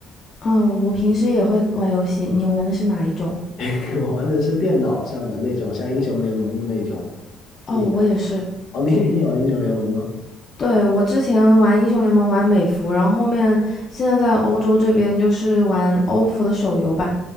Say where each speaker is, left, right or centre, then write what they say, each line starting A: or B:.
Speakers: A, on the left (about 30°); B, on the left (about 55°).
A: 嗯，我平时也会玩游戏，你玩的是哪一种？
B: <laughs> 我玩的是电脑上的那种，像英雄联盟的那种。
A: 哦，
B: 你
A: 我也是。
B: 哦，你你也玩英雄联盟吗？
A: 对，我之前玩英雄联盟玩美服，然后后面现在在欧洲这边就是玩欧服的手游版。